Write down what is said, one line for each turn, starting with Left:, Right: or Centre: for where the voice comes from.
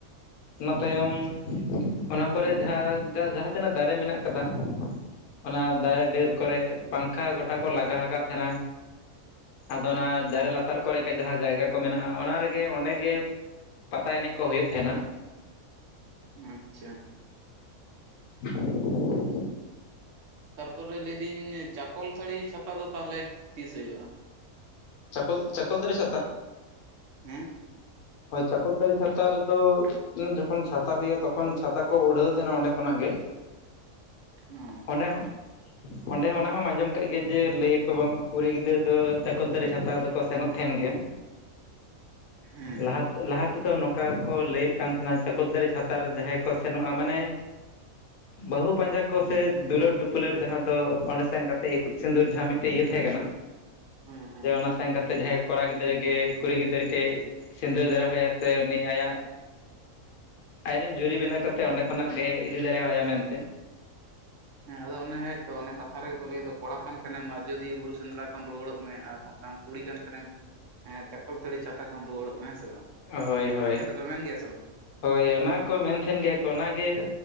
Left: ᱚᱱᱟ ᱛᱟᱭᱚᱢ
Right: ᱟᱪᱪᱷᱟ
Left: ᱚᱱᱟ ᱠᱚᱨᱮ ᱡᱟᱸᱦᱟ ᱡᱟᱸᱦᱟ ᱡᱟᱸᱦᱟ ᱛᱤᱱᱟᱹᱜ ᱫᱟᱨᱮ ᱢᱮᱱᱟᱜ ᱠᱟᱫᱟ ᱚᱱᱟ ᱫᱟᱨᱮ ᱰᱟᱹᱨ ᱠᱚᱨᱮ ᱯᱟᱝᱠᱷᱟ ᱜᱚᱴᱟ ᱠᱚ ᱞᱟᱜᱟ ᱟᱠᱟᱫ ᱛᱟᱦᱮᱸᱱᱟ᱾ ᱟᱫᱚ ᱚᱱᱟ ᱫᱟᱨᱮ ᱞᱟᱛᱟᱨ ᱠᱚᱨᱮ ᱜᱮ ᱡᱟᱸᱦᱟᱸ ᱡᱟᱭᱜᱟ ᱠᱚ ᱢᱮᱱᱟᱜ ᱟ ᱚᱱᱟ ᱨᱮᱜᱮ ᱚᱸᱰᱮ ᱜᱮ ᱯᱟᱛᱟ ᱮᱱᱮᱡ ᱠᱚ ᱦᱳᱭᱳᱜ ᱛᱟᱦᱮᱸᱱᱟ᱾
Right: ᱟᱪᱪᱷᱟ
Left: <inaudible>
Right: ᱛᱟᱨᱯᱚᱨᱮ ᱞᱟᱹᱭᱫᱤᱧ ᱪᱟᱠᱚᱞ ᱛᱟᱹᱲᱤ ᱪᱷᱟᱛᱟ ᱫᱚ ᱛᱟᱦᱞᱮ ᱛᱤᱥ ᱦᱳᱭᱳᱜᱼᱟ?
Left: ᱪᱠᱚᱞ ᱪᱠᱚᱞᱛᱟᱲᱤ ᱪᱷᱟᱛᱟ
Right: ᱦᱮᱸ
Left: ᱦᱳᱭ ᱪᱟᱠᱚᱞᱛᱟᱲᱤ ᱪᱷᱟᱛᱟ ᱨᱮᱫᱚ ᱩᱱ ᱡᱚᱠᱷᱚᱱ ᱪᱷᱟᱛᱟ ᱦᱳᱭᱳᱜᱼᱟ ᱛᱚᱠᱷᱚᱱ ᱪᱷᱟᱛᱟ ᱠᱚ ᱩᱰᱷᱟᱹᱣ ᱛᱟᱦᱮᱸᱱᱟ ᱚᱸᱰᱮ ᱠᱷᱚᱱᱟᱜ ᱜᱮ᱾
Right: ᱚ
Left: ᱚᱸᱰᱮ ᱦᱚᱸ ᱚᱸᱰᱮ ᱦᱚᱸ ᱚᱱᱟ ᱦᱚᱸᱢ ᱟᱸᱡᱚᱢ ᱠᱟᱜ ᱜᱮᱭᱟ ᱡᱮ ᱞᱟᱹᱭ ᱟᱠᱚ ᱵᱟᱝ ᱠᱩᱲᱤ ᱜᱤᱫᱽᱨᱟᱹ ᱫᱚ ᱪᱟᱠᱚᱞᱛᱟᱲᱤ ᱪᱷᱟᱛᱟ ᱠᱚ ᱫᱚ ᱠᱚ ᱥᱮᱱᱚᱜ ᱛᱟᱦᱮᱱ ᱜᱮᱭᱟ᱾
Right: ᱦᱮᱸ
Left: ᱞᱟᱦᱟ, ᱞᱟᱦᱟ ᱛᱮᱫᱚ ᱱᱚᱝᱠᱟ ᱠᱚ ᱞᱟᱹᱭᱮᱫ ᱠᱟᱱ ᱛᱟᱦᱮᱱᱟ ᱪᱟᱠᱚᱞ ᱪᱷᱟᱛᱟ ᱨᱮ ᱡᱟᱸᱦᱟᱸᱭ ᱠᱚ ᱥᱮᱱᱚᱜᱼᱟ ᱢᱟᱱᱮ <inaudible> ᱵᱟᱹᱦᱩ ᱯᱟᱸᱡᱟ ᱠᱚ ᱥᱮ ᱫᱩᱞᱟᱹᱲ ᱫᱩᱯᱞᱟᱹᱲ ᱡᱟᱸᱦᱟᱸ ᱫᱚ ᱚᱸᱰᱮ ᱥᱮᱱ ᱠᱟᱛᱮᱫ ᱤᱛᱩᱫ ᱥᱤᱸᱫᱩᱨ ᱡᱟᱸᱦᱟᱸ ᱢᱤᱫᱴᱮᱱ ᱤᱭᱟᱹ ᱛᱟᱦᱮᱸ ᱠᱟᱱᱟ᱾
Right: ᱦᱮᱸ ᱦᱮᱸ
Left: ᱡᱮ ᱚᱱᱟ ᱥᱮᱱ ᱠᱟᱛᱮ ᱡᱟᱸᱦᱟᱸᱭ ᱠᱚᱲᱟ ᱜᱤᱫᱽᱨᱟᱹ ᱜᱮ ᱠᱩᱲᱤ ᱜᱤᱫᱽᱨᱟᱹ ᱜᱮ ᱥᱤᱸᱫᱟᱹᱨ ᱫᱟᱨᱟ ᱦᱚᱭᱟ ᱥᱮ ᱩᱱᱤ ᱟᱭᱟᱜ ᱟᱡᱨᱮᱱ ᱡᱩᱨᱤ ᱵᱮᱱᱟᱣ ᱠᱟᱛᱮᱫ ᱚᱸᱰᱮ ᱠᱷᱚᱱᱟᱜ ᱜᱮ ᱤᱫᱤ ᱫᱟᱲᱮ ᱟᱭᱟ ᱢᱮᱱᱛᱮ
Right: ᱦᱮᱸ ᱟᱫᱚ ᱚᱱᱮ ᱛᱚ ᱚᱱ ᱠᱟᱛᱷᱟ ᱜᱮᱠᱚ ᱞᱟᱹᱭ ᱠᱚᱲᱟ ᱠᱷᱟᱱ ᱠᱟᱱᱟᱮᱢ ᱟᱡᱚᱫᱤᱭᱟᱹ ᱵᱩᱨᱩ ᱥᱮᱸᱫᱽᱨᱟ ᱠᱷᱚᱱ ᱨᱩᱣᱟᱹᱲᱚᱜ ᱢᱮ ᱟᱨ ᱵᱟᱝᱠᱷᱟᱱ ᱠᱩᱲᱤ ᱠᱟᱱ ᱠᱷᱟᱱᱮᱢ ᱪᱟᱠᱚᱞ ᱛᱟᱹᱲᱤ ᱪᱷᱟᱛᱟ ᱠᱷᱚᱱᱢ ᱨᱩᱣᱟᱹᱲᱚᱜ ᱢᱮ ᱦᱮᱸ ᱥᱮ ᱵᱟᱝ᱾
Left: ᱦᱳᱭ ᱦᱳᱭ
Right: ᱛᱚ ᱢᱮᱱ ᱜᱮᱭᱟ ᱥᱮ ᱵᱟᱝ᱾
Left: ᱦᱳᱭ ᱚᱱᱟ ᱠᱚ ᱢᱮᱱ ᱛᱟᱦᱮᱱ ᱜᱮᱭᱟ ᱠᱚ ᱚᱱᱟᱜᱮ᱾